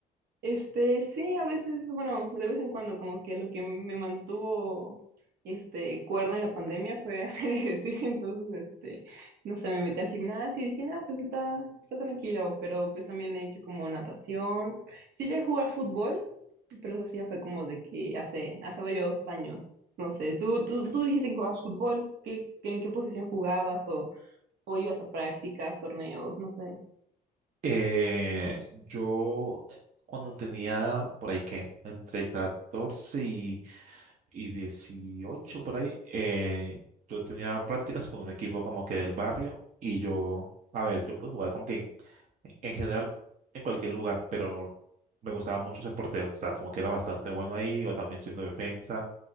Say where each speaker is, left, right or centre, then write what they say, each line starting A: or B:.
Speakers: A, on the right; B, on the right.
A: Este, sí, a veces, bueno, de vez en cuando, como que lo que me mantuvo, este, cuerda en la pandemia fue <laughs> hacer ejercicio, entonces, este, no sé, me metí al gimnasio y dije, no, pues está, está tranquilo, pero pues también he hecho como natación, sí llegué a jugar fútbol, pero eso sí ya fue como de que hace, hace varios años, no sé, tú, tú, tú dijiste que jugabas fútbol, ¿qué, qué- en qué posición jugabas o, o ibas a prácticas, torneos, no sé,
B: Eh, yo eh, cuando tenía por ahí que entre 14 y, y 18 por ahí, eh, yo tenía prácticas con un equipo como que del barrio y yo, a ver, yo puedo jugar como que en, en general en cualquier lugar, pero me gustaba mucho ser portero, o sea, como que era bastante bueno ahí o también siendo defensa,